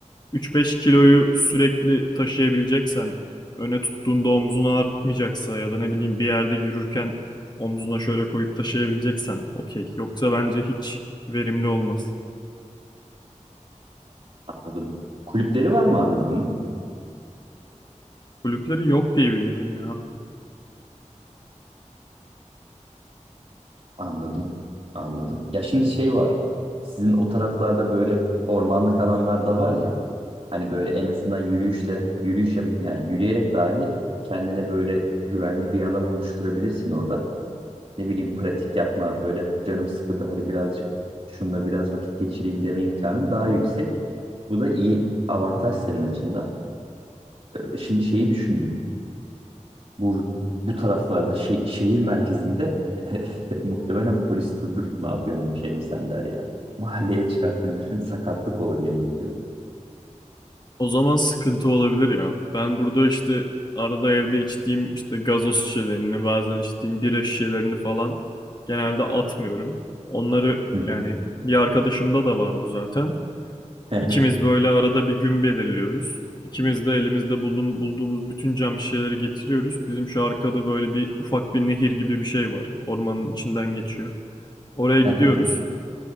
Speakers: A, on the left (about 35°); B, on the right (about 50°).
A: 3-5 kiloyu sürekli taşıyabileceksen öne tuttuğunda omzunu ağrıtmayacaksa ya da ne bileyim bir yerde yürürken omzuna şöyle koyup taşıyabileceksen okey. Yoksa bence hiç verimli olmaz.
B: Anladım. Kulüpleri var mı abi bunun?
A: Kulüpleri yok diye biliyorum ya.
B: Anladım. Anladım. Ya şimdi şey var. Sizin o taraflarda böyle ormanlık alanlar da var ya. Hani böyle en azından yürüyüşle, yürüyüş yap, yani yürüyerek dahi kendine böyle güvenli bir alan oluşturabilirsin orada. Ne bileyim pratik yapma, böyle canım sıkıldı hadi birazcık şununla biraz vakit geçireyim deme imkanın daha yüksek. Bu da iyi. Avantaj senin açından. Ee, Şimdi şeyi düşündüm bu, bu taraflarda şe- şehir merkezinde <laughs> muhtemelen polis durdur ne yapıyorsun hemşehrim sen der ya. Mahalleye çıkarttığını düşün sakatlık olur yemin ediyorum.
A: O zaman sıkıntı olabilir ya. Ben burada işte arada evde içtiğim işte gazoz şişelerini, bazen içtiğim bira şişelerini falan genelde atmıyorum. Onları
B: Hı hı.
A: yani bir arkadaşımda da var bu zaten.
B: Hı hı.
A: İkimiz böyle arada bir gün belirliyoruz. İkimiz de elimizde bulun, bulduğumuz bütün cam şişeleri getiriyoruz. Bizim şu arkada böyle bir ufak bir nehir gibi bir şey var. Ormanın içinden geçiyor. Oraya gidiyoruz.
B: Hı hı.